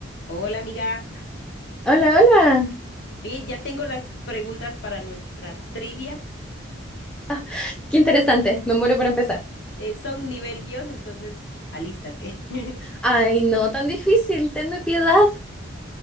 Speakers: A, on the left; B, in the centre.
A: Hola amiga,
B: Hola, hola.
A: oye, ya tengo las preguntas para nuestra trivia.
B: Ah, qué interesante. Me muero por empezar.
A: Eh, son nivel Dios, entonces alístate. <laughs>
B: Ay, no tan difícil. Tenme piedad.